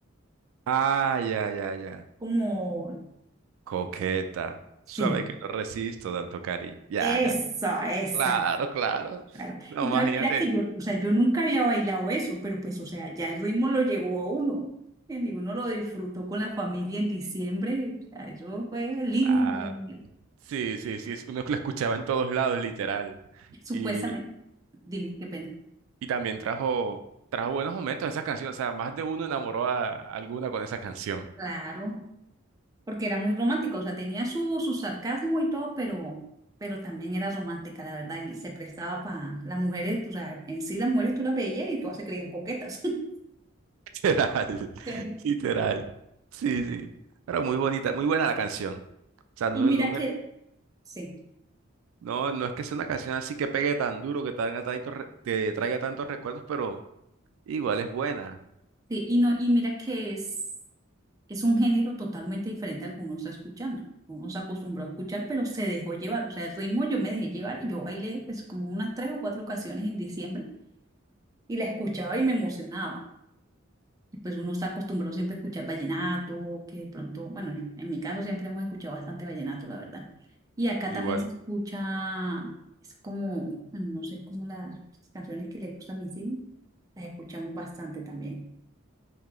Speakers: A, on the right (about 80°); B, on the right (about 15°).
A: Ah, ya, ya, ya.
B: Como,
A: Coqueta.
B: sí,
A: Suave que no resisto tanto cariño. Ya,
B: esa,
A: ya.
B: esa,
A: Claro, claro.
B: Claro.
A: No,
B: Y
A: imagínate.
B: tal, mira que yo, o sea, yo nunca había bailado eso, pero pues, o sea, ya el ritmo lo llegó a uno. ¿entiendes? Y uno lo disfrutó con la familia en diciembre. O sea, eso fue el himno.
A: Ah,
B: allá en el-
A: sí, sí, sí, es- uno <laughs> que lo escuchaba en todos lados, literal.
B: Supuestamente,
A: Y,
B: dime qué pena.
A: y también trajo, trajo buenos momentos esa canción, o sea, más de uno enamoró a alguna con esa canción.
B: Claro, porque era muy romántico, o sea, tenía su, su sarcasmo y todo, pero, pero también era romántica, la verdad, y se prestaba para las mujeres, o sea, en sí las mujeres tú las veías y todas se creían coquetas. <laughs>
A: <laughs> Literal,
B: Sí.
A: literal. Sí, sí. Pero muy bonita, muy buena la canción. O sea, no,
B: Y mira
A: no me,
B: que, sí.
A: no, no es que sea una canción así que pegue tan duro, que traiga tantos, re- que traiga tantos recuerdos, pero igual es buena.
B: Sí, y no, y mira que es, es un género totalmente diferente al que uno está escuchando. Uno se acostumbró a escuchar, pero se dejó llevar. O sea, el ritmo yo me dejé llevar y yo bailé pues como unas tres o cuatro ocasiones en diciembre y la escuchaba y me emocionaba. Y pues uno está acostumbrado siempre a escuchar vallenato, que de pronto, bueno, yo- en mi caso siempre hemos escuchado bastante vallenato, la verdad. Y acá
A: Igual.
B: también se escucha, es como, bueno, no sé, como las canciones que le gustan a mis hijos, las escuchamos bastante también.